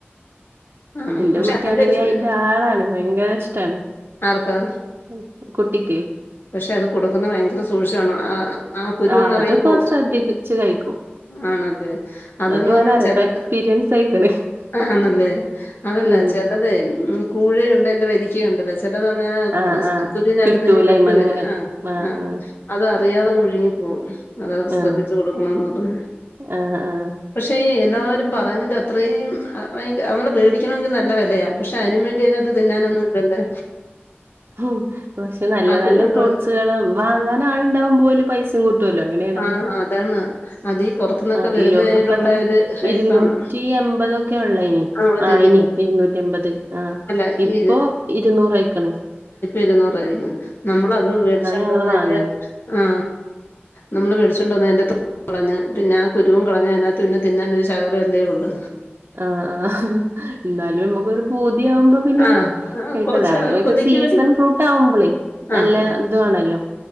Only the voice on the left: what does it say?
ആഹ്
പക്ഷെ
അതിന്റെ ഒരു സ-
ആർക്കാ
പക്ഷെ അത് കൊടുക്കുന്ന ഭയങ്കര സൂക്ഷിവേണം ആ ആ കുരുവങ്
ഇറങ്ങിപ്പോക്കും
ആ <unintelligible> അതെന്ന്
പറഞ്ഞാ
ചെലത്-
ആ ആണല്ലേ അതല്ല
ചെലതെ ഉം കൂഴയുണ്ട് അന്റെ വരിക്കയ ഉണ്ടല്ലോ ചിലതാന്നേ
<unintelligible>
കുറുവേനാത്തൂനേ
ട്ട് വര്
ആ
ആ അത് അറിയാതെങ്ങു വിഴുങ്ങി പോകും. അത ശ്രദ്ധിച്ചു
കൊടുക്കണോന്ന് പറയുന്നേ
പക്ഷേ എല്ലാവരും പറയുന്ന അത്രയും <unintelligible> വേടിക്കണെങ്കിൽ നല്ല വിലയാ പക്ഷെ അതിന വേണ്ടി തിനകത്ത് തിന്നാനൊന്നും ഇണ്ടല്ലേ
കുരുവും
കള
ആ അതാണ് അതീ പൊറത്തുന്നൊക്കെ
വരുന്നതായോണ്ടുള്ള
ഒരു ഹൈപ്പാണ്
ആ ഒരു
കിലോ
അല്ല
ഈ
ഇരുന്നൂറ ആയിരികക്ക്ണ് നമ്മളത് വെടിച്ചുകൊണ്ടനിട്ട്തിന്റെ
ആ നമ്മള് വെടിച്ച്കൊണ്ട നെന്റെ തോ കളഞ്ഞ് പിന്ന ആ കുരുവും കളഞ്ഞ് അതിനകത്ത് പിന്നെ തിന്നാൻരു ശകലം അല്ലെ ഉള്ളു.
ആഹ്
കൊറച്ച് ഒരു കൊതിക്ക്
വേണ്ടി
ആഹ്